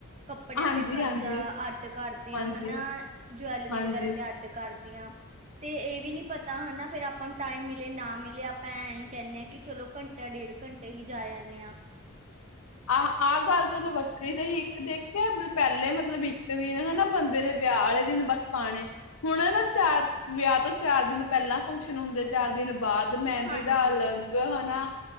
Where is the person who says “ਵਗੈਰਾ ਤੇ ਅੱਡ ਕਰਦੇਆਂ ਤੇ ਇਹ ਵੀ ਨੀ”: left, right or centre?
Right